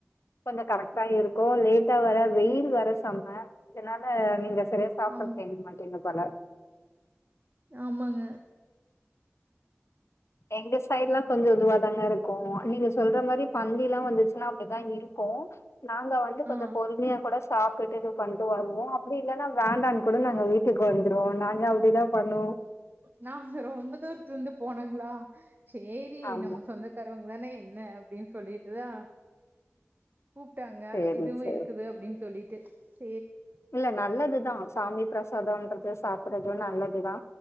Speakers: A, on the left; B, on the right.
A: கொஞ்ச கரெக்டா இருக்கு லேட்டா வர வெயில் வர செம அதனால நீங்க சரியா சாப்படறதுக்கு
B: ஆமா
A: ஏங்க மாட்டீங்க போல
B: ஆமாங்க
A: எங்க சைடுலா கொஞ்ச இதுவா தாங்க இருக்கு நீங்க சொல்ற மாரி பந்திலா வந்துச்சுனா அப்டிதா இருக்கு நாங்க வந்து கொஞ்ச
B: ஆ
A: பொறுமையா கூட சாப் கொட்டது பண்ணிட்டு வருவோ அப்டி இல்லன்னா வேண்டான் கூட நாங்க வீட்டுக்கு வந்துருவோ நாங்க அப்டிதா பண்ணுவோ
B: ந வந்து ரொம்பதூர் <unintelligible> போனாங்களா சேரி
A: ஆமா
B: நம்ம சொந்தக்காரவங்க தானே என்ன அப்டின்னு சொல்லிட்டுதா கூப்ட்டாங்க
A: சேரி
B: இதுவு
A: சேரி
B: இருக்குது அப்டின்னு சொல்லிட் ட்டு
A: இல்ல நல்லதுதா சாமி பிரசாதம்ன்றது சாப்பறது நல்லதுதா